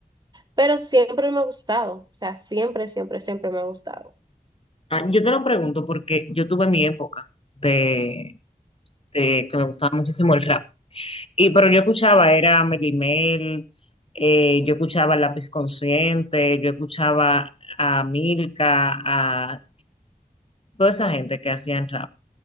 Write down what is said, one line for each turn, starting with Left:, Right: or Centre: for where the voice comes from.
Right: pero siempre me ha gustado, o sea, siempre, siempre, siempre me ha gustado.
Left: Ah, yo te lo pregunto porque yo tuve mi época de, de que me gustaba muchísimo el rap. Y, pero yo escuchaba, era Melly Mel, eh, yo escuchaba Lápiz Consciente, yo escuchaba a Milka, a toda esa gente que hacían rap.